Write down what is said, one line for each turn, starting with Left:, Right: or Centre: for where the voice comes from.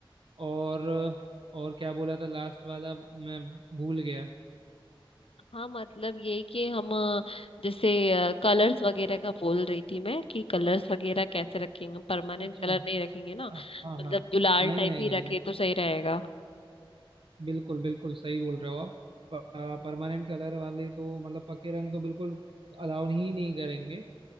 Right: और और क्या बोला था लास्ट वाला मैं भूल गया
Left: हाँ मतलब ये कि हम अ, जैसे कलर्स वगैरह का बोल रही थी मैं कि कलर्स वगैरह कैसे रखेंगे परमानेंट
Right: अच्छा
Left: कलर नहीं रखेंगे ना मतलब
Right: हाँ हाँ
Left: गुलाल
Right: नहीं
Left: टाइप
Right: नहीं
Left: ही
Right: नहीं
Left: रखे
Right: नहीं
Left: तो सही रहेगा
Right: बिल्कुल बिल्कुल सही बोल रहे हो आप परमानेंट कलर वाले तो मतलब पक्के रंग तो बिल्कुल अलाउ ही नहीं करेंगे